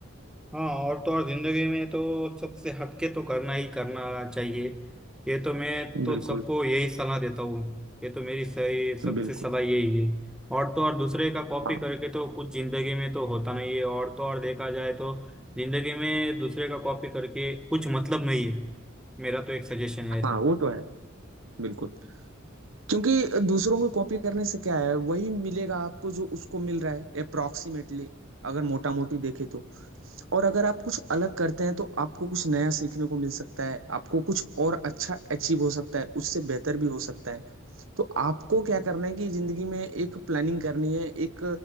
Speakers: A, in the centre; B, on the right (about 75°).
A: हाँ और तो और जिंदगी में तो सबसे हटके तो करना ही करना चाहिए ये तो मैं तो
B: बिल्कुल
A: सबको यही सलाह देता हूँ ये तो मेरी सही सबसे
B: बिल्कुल
A: सलाह यही है और तो और दूसरे का कॉपी
B: हाँ
A: करके तो कुछ जिंदगी में तो होता नहीं है और तो और देखा जाए तो जिंदगी में दूसरे का कॉपी करके कुछ मतलब नहीं है मेरा तो एक सजेशन रहता
B: हाँ
A: है
B: वो तो है बिल्कुल क्योंकि दूसरों को कॉपी करने से क्या है वही मिलेगा आपको जो उसको मिल रहा है अप्रोक्सीमेटली अगर मोटा मोटी देखे तो और अगर आप कुछ अलग करते हैं तो आपको कुछ नया सीखने को मिल सकता है आपको कुछ और अच्छा अचीव हो सकता है उससे बेहतर भी हो सकता है तो आपको क्या करना है कि जिंदगी में एक प्लानिंग करनी है एक